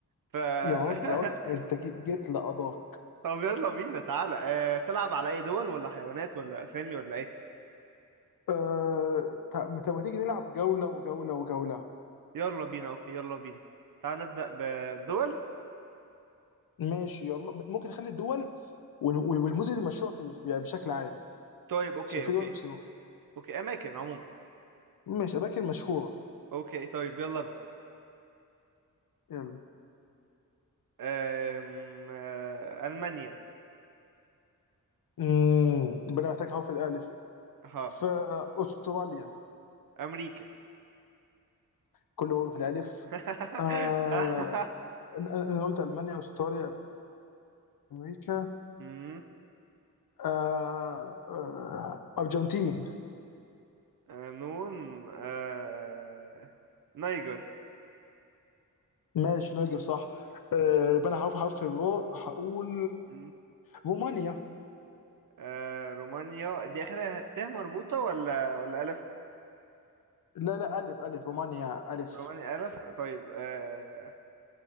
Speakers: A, on the right; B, on the left.
A: ف
B: يا راجل
A: <laughs>
B: يا راجل انت جي- جيت لقضاك
A: طب يلا بينا تعالى آه، تلعب على اي دول ولا حيوانات ولا اسامي ولا ايه؟
B: آه تع- ما طب ما تيجي نلعب جوله وجوله وجوله
A: يلا بينا اوكي يلا بينا تعال نبدأ بالدول
B: ماشي يلا ممكن نخلي الدول وال- وال- والمدن المشهوره في في- بشكل عام
A: طيب اوكي
B: عشان في
A: اوكي
B: دول مش
A: اوكي اماكن عموما
B: ماشي اماكن مشهوره
A: اوكي طيب يلا ابدأ
B: يلا
A: أم... آه، المانيا
B: امم يبقى انا محتاج حرف الالف
A: ها
B: فاستراليا
A: امريكا
B: كله هو في الالف
A: <laughs>
B: آه انا أنا- أنا قلت المانيا استراليا امريكا
A: أمم،
B: آه آه ارجنتين
A: آه، نون آه، نيجر
B: ماشي نجم صح آه يبقى انا هروح حرف الرو هقول
A: أمم،
B: رومانيا
A: آه، رومانيا دي اخرها ت مربوطة ولا ولا الف
B: لا لا الف الف رومانيا الف
A: رومانيا الف طيب آه،